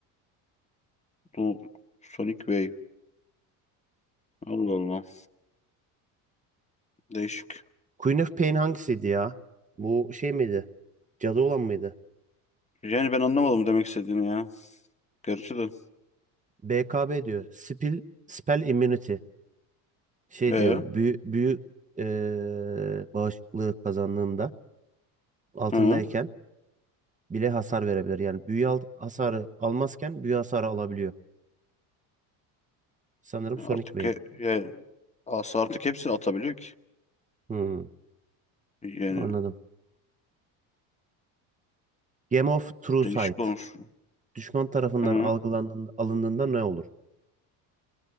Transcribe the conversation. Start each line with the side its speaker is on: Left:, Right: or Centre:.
Left: Doom. Sonic Wave. Allah Allah. Değişik.
Right: Queen of Pain hangisiydi ya? Bu şey miydi? Cadı olan mıydı?
Left: Yani ben anlamadım demek istediğini ya. Gerçi de.
Right: BKB diyor. Spell, spell immunity. Şey
Left: Ee,
Right: diyor. Büyü, büyü eee bağışıklığı kazandığında altındayken
Left: hı.
Right: bile hasar verebilir. Yani büyü al- hasarı almazken büyü hasarı alabiliyor. Sanırım
Left: Ya
Right: Sonic
Left: Artık
Right: Wave.
Left: he, he, asa artık hepsini atabiliyor ki.
Right: Hmm,
Left: Yani
Right: anladım. Game of True
Left: değişik
Right: Sight.
Left: olmuş.
Right: Düşman tarafından
Left: Hı hı.
Right: algılandığında, alındığında ne olur?